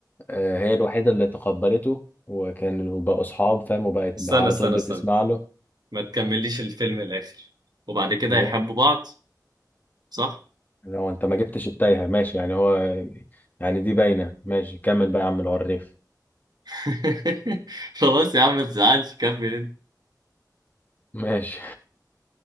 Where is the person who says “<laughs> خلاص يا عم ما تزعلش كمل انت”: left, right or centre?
Right